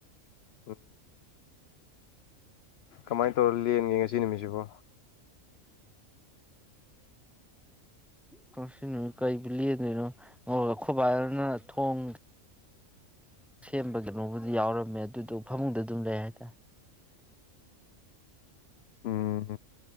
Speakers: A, on the left; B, in the centre.
A: ꯎꯝ ꯀꯃꯥꯏꯅ ꯇꯧꯔ ꯂꯦꯜꯒꯦ ꯉꯁꯤ ꯁꯤ ꯅꯨꯃꯤꯁꯤꯕꯣ
B: ꯀꯁꯤꯅꯨ ꯀꯩꯕꯨ ꯂꯦꯟꯗꯣꯏꯅꯣ ꯑꯥ ꯈꯑꯈꯣꯏꯕꯥꯅ ꯊꯣꯡ ꯁꯦꯝꯕ ꯀꯩꯅꯣꯕꯨꯗꯤ ꯌꯥꯎꯔꯝꯃꯦ ꯑꯗꯨꯗꯣ ꯐꯃꯨꯡꯗ ꯑꯗꯨꯝ ꯂꯩ ꯍꯥꯏꯇꯥꯔꯦ
A: ꯎꯝ